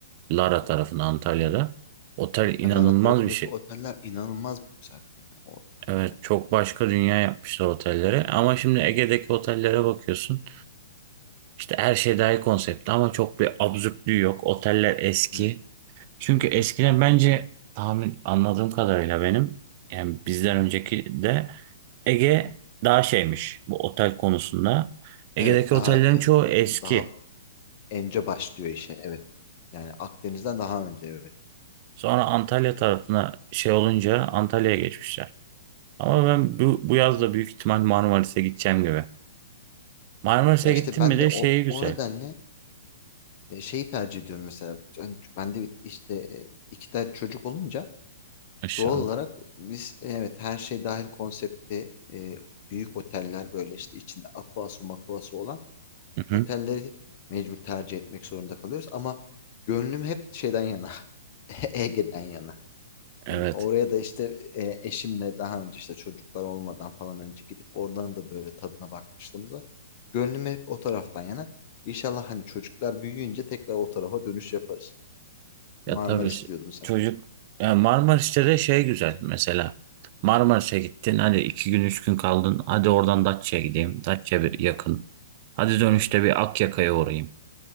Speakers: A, on the right; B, on the left.
A: Lara
B: hı
A: tarafına
B: hı.
A: Antalya'da. Otel inanılmaz
B: Marmara tarafındaki
A: bir şey.
B: oteller inanılmaz büyük zaten. Yani oradaki
A: Evet,
B: otel.
A: çok başka dünya yapmışlar otellere. Ama şimdi Ege'deki
B: Hı hı,
A: otellere bakıyorsun. İşte her şey dahil konsepti ama çok bir absürtlüğü yok. Oteller eski.
B: Evet.
A: Çünkü
B: Hı hı,
A: eskiden bence tahmin anladığım kadarıyla benim yani bizden
B: hı hı.
A: önceki de Ege daha şeymiş bu otel konusunda. Ege'deki
B: Evet, daha
A: otellerin
B: e,
A: çoğu eski.
B: daha önce başlıyor işe. Evet. Yani Akdeniz'den daha önce evet.
A: Sonra Antalya tarafına şey olunca
B: Hı
A: Antalya'ya
B: hı.
A: geçmişler. Ama ben bu, bu yaz da büyük ihtimal Marmaris'e gideceğim gibi. Marmaris'e
B: Ya işte
A: gittim
B: ben
A: mi de
B: de
A: şeyi
B: o,
A: güzel.
B: o nedenle e, şeyi tercih ediyorum mesela. Hani ç- ben de bir- işte e, iki tane çocuk olunca
A: Aşağıda.
B: doğal olarak biz evet her şey dahil konsepti e, büyük oteller böyle işte içinde aquası makuası olan
A: Hı hı.
B: otelleri mecbur tercih etmek zorunda kalıyoruz. Ama gönlüm hep şeyden yana <laughs> Ege'den yana.
A: Evet.
B: Yani oraya da işte e, eşimle daha önce işte çocuklar olmadan falan önce gidip oradan da böyle tadına bakmışlığımız var. Gönlüm hep o taraftan yana. İnşallah hani çocuklar büyüyünce tekrar o tarafa dönüş yaparız.
A: Ya
B: Marmaris
A: tabii ş-
B: diyordun sen.
A: çocuk ya Marmaris'te de şey güzel mesela. Marmaris'e gittin hadi iki gün üç gün kaldın. Hadi oradan Datça'ya gideyim. Datça bir yakın. Hadi
B: Hı
A: dönüşte
B: hı.
A: bir Akyaka'ya uğrayayım.